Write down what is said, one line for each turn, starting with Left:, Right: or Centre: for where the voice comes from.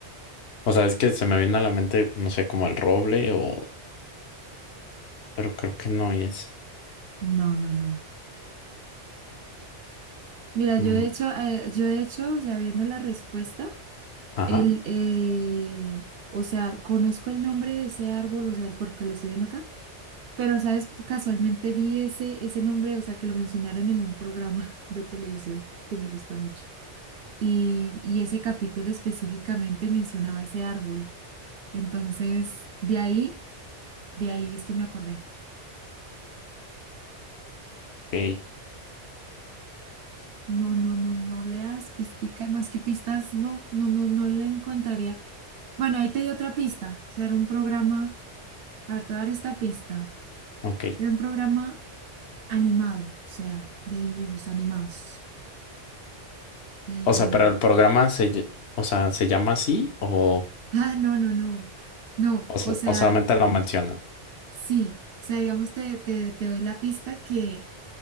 Left: O sea, es que se me viene a la mente, no sé, como el roble o... Pero creo que no es.
Right: No, no, no. Mira, yo
Left: Mm,
Right: de hecho, eh, yo de hecho, o sea, viendo la respuesta,
Left: ajá.
Right: el, eh, o sea, conozco el nombre de ese árbol, o sea, porque lo estoy viendo acá, pero, ¿sabes? Casualmente vi ese, ese nombre, o sea, que lo mencionaron en un programa <laughs> de televisión que me gusta mucho. Y, y ese capítulo específicamente mencionaba ese árbol. Entonces, de ahí, de ahí es que me acordé.
Left: Ok,
Right: No, no, no, no leas pistica, no, es que pistas, no, no, no, no le encontraría. Bueno, ahí te di otra pista. O sea, era un programa, a ver, te voy a dar esta pista.
Left: ok.
Right: Era un programa animado, o sea, de dibujos animados. Eh,
Left: O sea, pero el programa se... lle- O sea, ¿se llama así o...
Right: <laughs> ah, no, no, no. No,
Left: O sea,
Right: o sea,
Left: o solamente lo mencionan?
Right: sí. O sea, digamos, te, te, te doy la pista que,